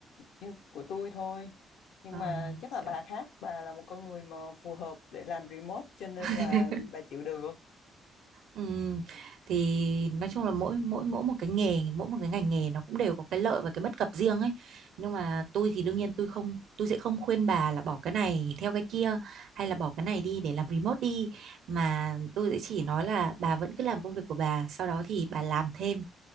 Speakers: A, on the left; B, on the right.
A: như của tôi thôi nhưng
B: Ờ,
A: mà chắc
B: trời.
A: là bà khác bà là một con người mà phù hợp để làm remote cho nên
B: <laughs>
A: là bà chịu được
B: Ừm, thì nói chung là mỗi mỗi mỗi một cái nghề mỗi một cái ngành nghề nó cũng đều có cái lợi và cái bất cập riêng ấy nhưng mà tôi thì đương nhiên tôi không tôi sẽ không khuyên bà là bỏ cái này theo cái kia hay là bỏ cái này đi để làm remote đi mà tôi sẽ chỉ nói là bà vẫn cứ làm công việc của bà sau đó thì bà làm thêm